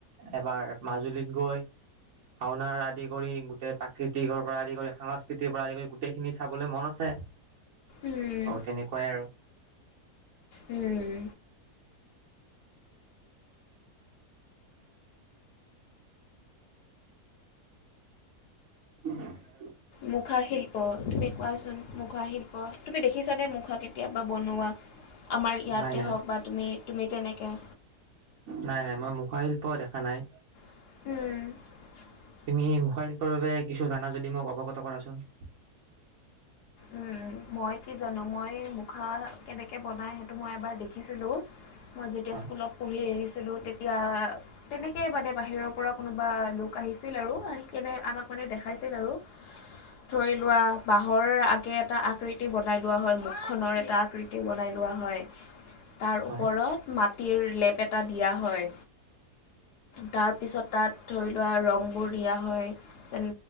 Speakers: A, on the right; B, on the left.
A: এবাৰ মাজুলীত গৈ ভাওনাৰ আদি কৰি গোটেই প্ৰাকৃতিকৰৰ পৰা আদি কৰি সাংস্কৃতিৰ পৰা আদি কৰি গোটেইখিনি চাবলৈ মন আছে।
B: উম
A: অ তেনেকুৱাই আৰু
B: উম
A: উ <unintelligible>
B: মুখা শিল্প তুমি কোৱাচোন মুখা শিল্প তু দেখিছানে মুখা কেতিয়াবা বনোৱা আমাৰ ইয়াতে
A: নাই নাই
B: হওক বা তুমি তুমি তেনেকৈ
A: নাই নাই মই মুখাশিল্পও দেখা নাই
B: হম
A: তুমি মুখা শিল্পৰ বাবে কিছু জানা যদি মোক অৱগত কৰাচোন।
B: উম মই কি জানো মই মুখা কেনেকে বনাই সেইটো মই এবাৰ দেখিছিলো মই যেতিয়া
A: হয়
B: স্কুলত পঢ়ি আহিছিলোঁ তেতিয়া তেনেকে মানে বাহিৰৰ পৰা কোনোবা লোক আহিছিল আৰু আহি কেনে আমাক মানে দেখাইছিল আৰু ধৰি লোৱা বাঁহৰ আগ একে এটা আকৃতি বনাই লোৱা হয় মুখখনৰ এটা আকৃতি বনাই লোৱা হয় তাৰ
A: হয়
B: ওপৰত মাত তিৰ লেপ এটা দিয়া হয় তাৰ পিছত তাত ধৰি লোৱা ৰংবোৰ দিয়া হয় যেন